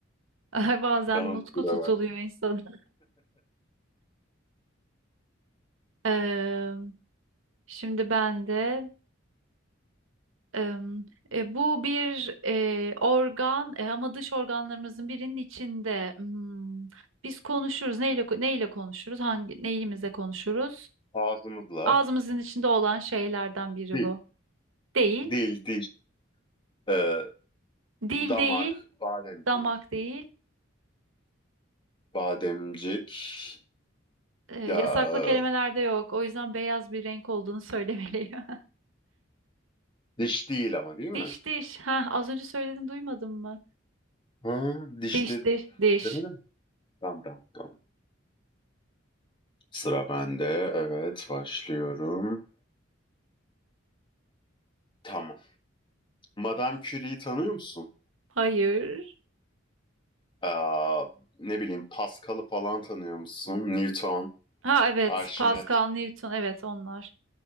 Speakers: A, on the right; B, on the left.
A: <laughs> Bazen
B: Tamam
A: nutku
B: sıra
A: tutuluyor
B: ben.
A: insanın. Ee, şimdi ben de. Em, e, bu bir e, organ e, ama dış organlarımızın birinin içinde. Hmm, biz konuşuruz. Neyle neyle konuşuruz? Hangi neyimizle konuşuruz?
B: Ağzımızla.
A: Ağzımızın içinde olan şeylerden biri
B: Dil.
A: bu. Değil.
B: Dil, dil. Ee,
A: Dil
B: damak,
A: değil,
B: bademcik.
A: damak değil.
B: Bademcik.
A: E,
B: Ya
A: yasaklı kelimelerde yok. O yüzden beyaz bir renk olduğunu söylemeliyim.
B: e, diş değil ama
A: <laughs>
B: değil mi?
A: Diş diş. Ha, az önce söyledin duymadın mı?
B: Ha, dişte
A: Diş diş diş.
B: demedim mi? Tamam tamam tamam. Sıra bende. Evet başlıyorum. Tamam. Madame Curie'yi tanıyor musun?
A: Hayır.
B: Aa, ne bileyim Pascal'ı falan tanıyor musun? Newton,
A: Ha evet,
B: Arşimet.
A: Pascal, Newton evet onlar.